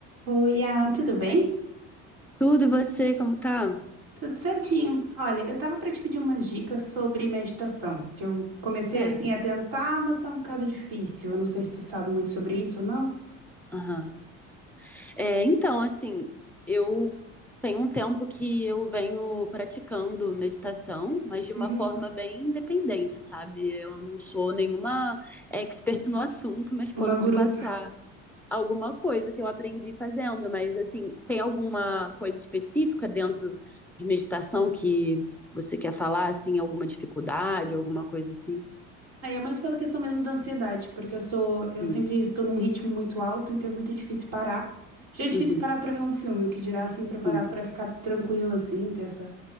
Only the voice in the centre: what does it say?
Tudo e você, como tá?
Certo.
Aham. É, então, assim, eu tenho um tempo que eu venho praticando meditação, mas de
uma forma bem independente, sabe? Eu não sou nenhuma expert no assunto, mas posso
te passar alguma coisa que eu aprendi fazendo. Mas, assim, tem alguma coisa específica dentro de meditação que você quer falar, assim, alguma dificuldade, alguma coisa assim?
Sim.
Uhum.
Sim.